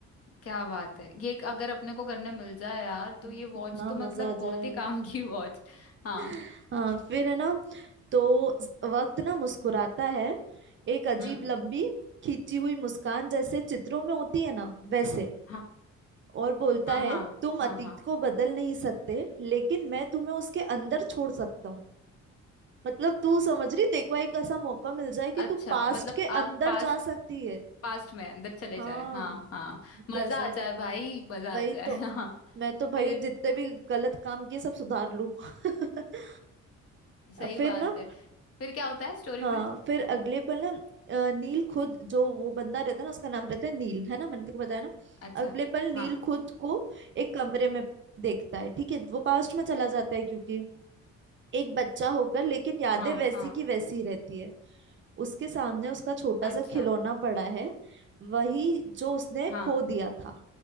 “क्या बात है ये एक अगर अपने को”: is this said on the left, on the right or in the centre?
Left